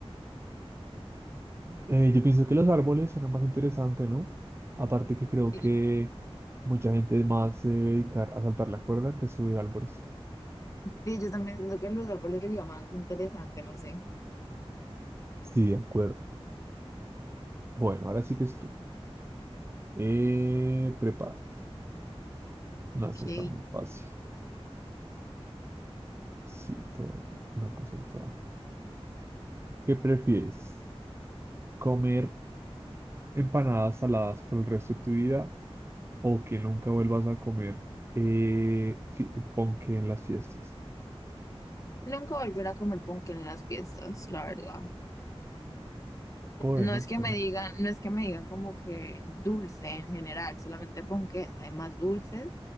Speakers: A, on the right (about 25°); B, on the left (about 30°).
A: Eh, yo pienso que los árboles son más interesante, ¿no? Aparte que creo
B: Sí,
A: que mucha gente más se debe dedicar a saltar la cuerda que a subir árboles.
B: Sí, yo también siento que los árboles sería más interesante, no sé.
A: Sí, de acuerdo. Bueno, ahora sí que es tú. Eh, prepárate. No, eso
B: Ok.
A: está muy fácil. Sí, todo, una cosa y toda. ¿Qué prefieres? comer empanadas saladas por el resto de tu vida o que nunca vuelvas a comer eh, fi- ponqué en las fiestas.
B: Nunca volver a comer ponqué en las fiestas, la verdad.
A: Bueno,
B: No es
A: sí,
B: que me digan, no es que me digan como que dulce en general, solamente ponqués, hay más dulces